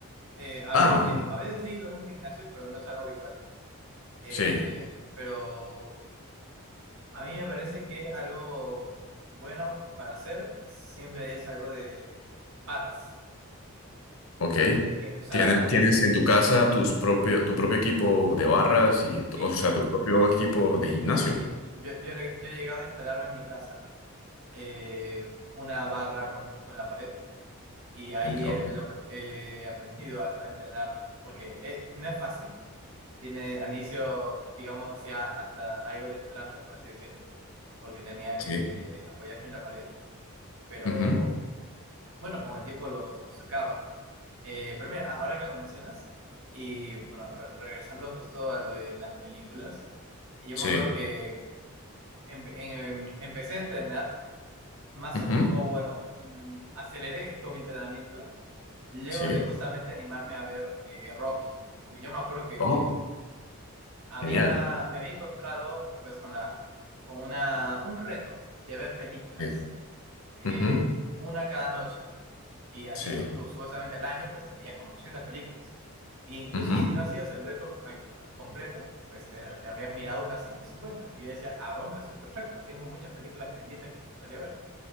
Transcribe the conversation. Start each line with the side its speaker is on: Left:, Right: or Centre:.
Right: Eh, a
Left: Ah,
Right: veces
Left: ok.
Right: he, a veces he ido a un gimnasio, pero no es algo habitual. Eh,
Left: Sí.
Right: pero a mí me parece que algo bueno para hacer siempre es algo de barras.
Left: Ok.
Right: Que, o sea,
Left: ¿Tienes, tienes en tu casa tus propio, tu propio equipo de barras y, tu-
Right: sí,
Left: o
Right: sí.
Left: sea, tu propio equipo de gimnasio?
Right: Sí, yo, yo, yo le- yo he llegado a instalarme en mi casa eh, una barra con, con la pared y ahí
Left: En- Ok.
Right: he, he log- he aprendido a, a entrenar porque eh, no es fácil. Tiene al inicio, digamos, hacía hasta algo de trampa, por así decirlo, porque tenía que
Left: Sí.
Right: apoyarme en la pared, pero
Left: Ujú.
Right: bueno, con el tiempo lo los sacaba. Eh, pero mira, ahora que lo mencionas, y bueno, re- regresando justo a lo de las películas, yo
Left: Sí.
Right: me acuerdo que empe- em- empecé a entrenar más
Left: Ujú.
Right: o menos, o bueno, mm, aceleré <laughs> con mi entrenamiento luego
Left: Sí.
Right: de justamente animarme a ver eh, Rocky, porque yo me acuerdo que
Left: Oh,
Right: había,
Left: genial.
Right: me había encontrado pues con la, con una, un reto de ver películas,
Left: Sí.
Right: eh,
Left: Ujú.
Right: una cada noche, y así
Left: Sí.
Right: su- supuestamente al año pues te veías como 300 películas. E incluso
Left: Ujú.
Right: si no hacías el reto al- completo, pues te, te habrías mirado unas ciento cincuenta Y yo decía, ah, bueno, eso es perfecto, tengo muchas películas pendientes que me gustaría ver.